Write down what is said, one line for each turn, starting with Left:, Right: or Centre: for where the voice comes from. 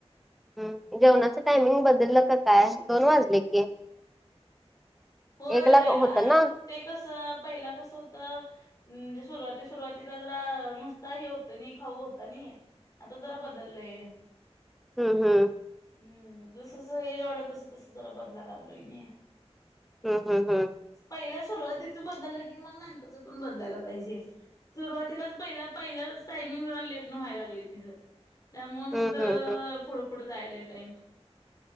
Centre: हम्म, जेवणाचं टायमिंग बदललं का काय? दोन वाजले की.
Left: होय,
Centre: एक ला होत ना
Left: ते कसं पहिला कसं होतं म म्हणजे सुरुवाती सुरुवातीला जरा नुसता हे होतं नाय खाऊ होता नाय. आता जरा बदललंय‌.
Centre: हम्म हम्म
Left: हम्म, जसं जसं एज वाढल तसं तसं जरा बदला लागलोय नि.
Centre: हम्म हम्म हम्म
Left: पहिल्या सुरुवातीचं बदललं की मग नंतरच पण बदलायला पाहिजे, सुरुवातीलाच पहिल्या पहिल्याच टाईमिंगला लेट न व्हायला लागलंय तिच, त्यामुळं
Centre: हम्म
Left: मग जरा
Centre: हम्म
Left: जरा पुढं पु पुढं जायलय टाईम.